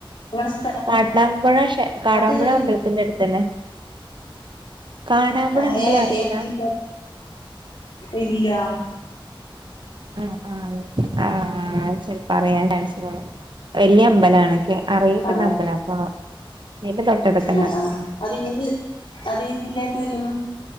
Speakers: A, on the left (about 75°); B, on the right (about 60°).
A: നിങ്ങടെ സ്ഥലം
B: കാടാമ്പുഴ ക്ഷേ കാടാമ്പുഴ
A: അത്
B: അമ്പലത്തിന്റെ അടുത്തന്നെ <inaudible> കാടാമ്പുഴ
A: ആഹ്
B: അമ്പലം
A: ഏ
B: അറിയില്ല
A: ഏത് ജില്ലയാ ഇല്ലാ
B: ആഹ് ആഹ് ആഹ് ചെലപ്പോൾ അറിയാണ്ട് ആയപ്പോൾ വലിയ അമ്പലണൊക്കെ അറിയപ്പെടുന്ന
A: ആഹ്
B: അമ്പല അപ്പൊ അതിന്റെ തൊട്ടടുത്തന്നെ
A: ആഹ് ആഹ് അത് ഏത് അത് ഏത് ജില്ലായിട്ട് വരും